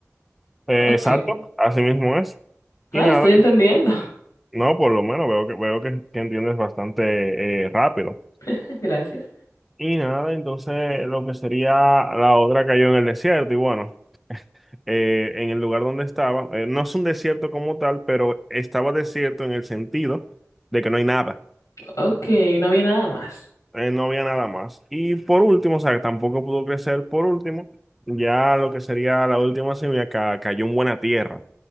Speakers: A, in the centre; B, on the left.
A: Eh,
B: Ok.
A: exacto, así mismo es.
B: Ah,
A: Y nada,
B: estoy entendiendo.
A: no, por lo menos veo que, veo que, que entiendes bastante eh, rápido.
B: <laughs> Gracias.
A: Y nada, entonces lo que sería la otra cayó en el desierto y bueno, eh, en el lugar donde estaba, eh, no es un desierto como tal, pero estaba desierto en el sentido de que no hay nada
B: Ok, no había nada más.
A: eh, no había nada más. Y por último, o sea, que tampoco pudo crecer. Por último, ya lo que sería la última semilla ca- cayó en buena tierra.